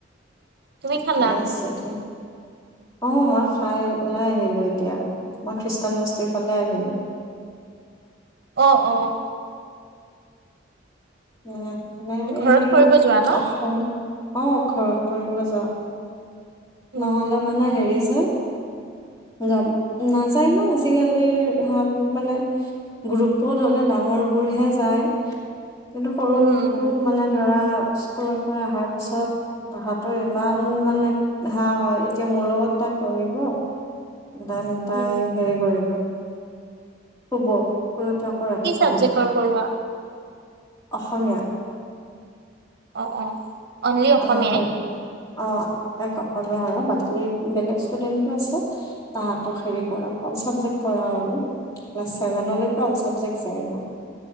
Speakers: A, on the right (about 60°); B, on the left (about 20°).
A: তুমি
B: ঠিকে
A: খালা?
B: আছে দিয়া অ মই খাই ওলাই আহিলো এতিয়া মই খ্ৰীষ্টান বস্তিৰ ফালে আহিলো
A: অ অ
B: উম মানে
A: ঘৰত
B: এই
A: কৰিব যোৱা ন?
B: অসম অ ঘৰত কৰিব যাওঁ
A: উম
B: নহলে মানে হেৰি যে যাম নাযায় ন আজিকালিৰ সেয়া বোৰ মানে গ্ৰুপত হলে ডাঙৰবোৰহে যায় কিন্তু সৰুবোৰতো
A: উম উম
B: মানে ধৰা স্কুলৰ পৰা আহাৰ পিছত তাহতৰ ইমান মানে হা হয় এতিয়া মোৰ লগত তাই পঢ়িব। দেন তাই
A: উম
B: হেৰি কৰিব। শুব। শুই উঠি আকৌ ৰাতি
A: কি
B: পঢ়িব।
A: চাবজেক্টৰ কৰোৱা?
B: অসমীয়া।
A: অ', অ, অনলি অসমীয়াই?
B: অ হেৰি অ', তাইক অসমীয়া কৰাও বাকী বেলেগ ষ্টুডেণ্টও আছে, তাহাতক হেৰি পঢ়াও অল চাবজেক্ট কৰাও আৰু, ক্লাছ ছেভেন' লৈকে অল চাবজেক্ট যায় অকল।